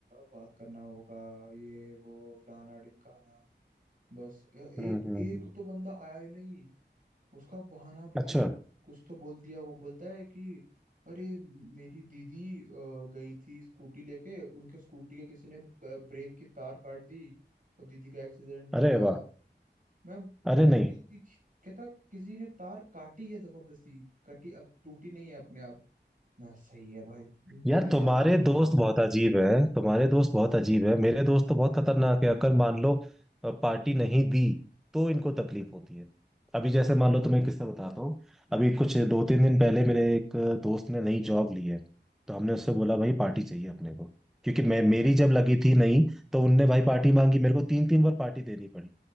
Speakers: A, on the right (about 50°); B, in the centre.
A: बात करना होगा ये वो फलाना ढिमकाना बस ए-
B: हम्म
A: एक
B: हम्म,
A: एक
B: हम्म।
A: तो बंदा आया ही नहीं उसका बहाना भाई
B: अच्छा
A: कुछ तो बोल दिया वो बोलता है कि अरे मेरी दीदी अ, गई थी स्कूटी लेके उनके स्कूटी के किसी ने ब- ब्रेक की तार काट दी और दीदी का एक्सीडेंट हो
B: अरे
A: गया
B: वाह
A: मैं तेरी
B: अरे नहीं
A: दीदी कहता किसी ने तार काटी है जबरदस्ती कटी अब टूटी नहीं है अपने आप मैं सही है भाई
B: यार
A: तेरे
B: तुम्हारे
A: जान के दुश्मन
B: दोस्त बहुत अजीब है तुम्हारे दोस्त बहुत अजीब है मेरे दोस्त तो बहुत खतरनाक है अगर मान लो अ, पार्टी नहीं दी तो इनको तकलीफ होती है अभी जैसे मान लो तुम्हें किस्सा बताता हूँ अभी कुछ दो तीन दिन पहले मेरे एक दोस्त ने नई जॉब ली है तो हमने उससे बोला भाई पार्टी चाहिए अपने को क्योंकि मैं मेरी जब लगी थी नहीं तो उनने भाई पार्टी मांगी मेरे को तीन तीन बार पार्टी देनी पड़ी